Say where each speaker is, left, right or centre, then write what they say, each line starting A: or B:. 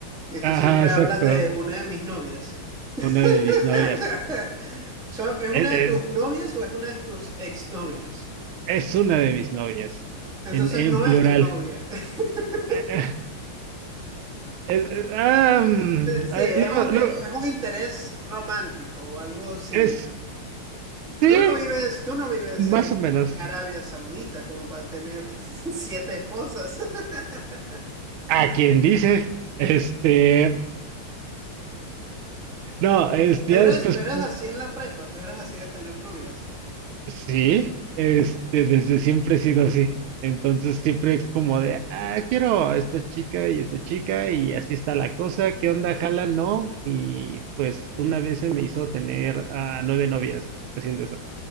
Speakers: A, in the centre; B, on the right (about 75°).
A: y tú
B: ajá,
A: siempre
B: exacto.
A: hablas de una de mis novias. <laughs>
B: Una de mis novias.
A: So, ¿es
B: Es,
A: una
B: es,
A: de tus novias o es una de tus exnovias?
B: es una de mis novias.
A: Entonces
B: En, en
A: no
B: plural.
A: es tu novia. <laughs>
B: <laughs> Es- es- ah, mm,
A: Sí,
B: ah,
A: es
B: luego-
A: un,
B: luego,
A: es un interés romántico o algo similar.
B: es, sí,
A: Tú no vives, tú no vives
B: más
A: en,
B: o menos.
A: en Arabia Saudita como para tener <laughs> siete esposas. <laughs>
B: A quien dice, este, no, este,
A: Tú
B: ya
A: eres,
B: después
A: tú eres así en la prepa, tú eres así de tener novias.
B: Sí, este, desde siempre he sido así. Entonces siempre es como de, ah, quiero a esta chica y esta chica y así está la cosa, ¿qué onda? ¿Jala? No. Y pues una vez se me hizo tener a nueve novias haciendo eso.